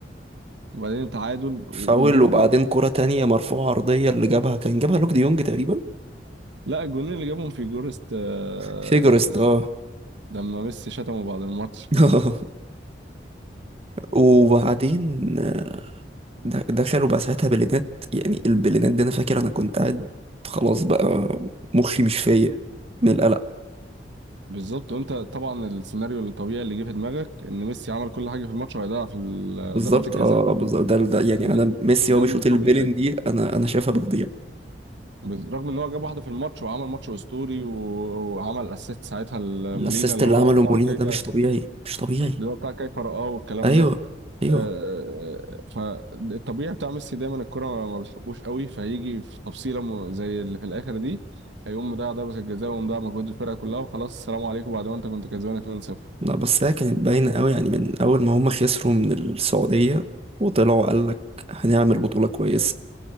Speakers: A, on the right; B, on the right.
A: وبعدين تعادل
B: فاول
A: و- وجون
B: وبعدين كرة تانية مرفوعة عرضية اللي جابها كان جابها لوك دي يونج تقريبا
A: لا الجونين اللي جابهم في جورست آه،
B: فيجرست اه
A: لما ميسي شتمه بعد الماتش
B: <laughs> وبعدين آه، د- دخلوا بقى ساعتها بلينات يعني البلينات دي انا فاكر انا كنت قاعد خلاص بقى مخي مش فايق من القلق
A: بالظبط وانت طبعا السيناريو الطبيعي اللي جه في دماغك ان ميسي عمل كل حاجه في الماتش وهيضيع في ال-
B: بالظبط
A: ضربات الجزاء
B: اه بالظبط ده, ده يعني
A: ده,
B: انا ميسي
A: ده
B: هو بيشوط
A: الطبيعي
B: البلين دي انا انا شايفها بتضيع
A: بز- رغم ان هو جاب واحده في الماتش وعمل ماتش اسطوري و- وعمل اسيست ساعتها لمولينا
B: الاسيست
A: اللي
B: اللي
A: هو
B: عمله
A: بتاع
B: مولينا
A: كايفا
B: ده مش طبيعي مش طبيعي
A: اللي هو بتاع كايفا رقاه والكلام
B: ايوه
A: ده
B: ايوه
A: آه، فالطبيعي بتاع ميسي دايما الكرة ما بتحبوش قوي فهيجي في تفصيله م- زي اللي في الاخر دي هيقوم مضيع ضربه الجزاء ومضيع مجهود الفرقه كلها وخلاص السلام عليكم بعد ما انت كنت كسبان 2-0
B: لا بس هي كانت باينة قوي يعني من أول ما هما خسروا من السعودية وطلعوا قالك هنعمل بطولة كويسة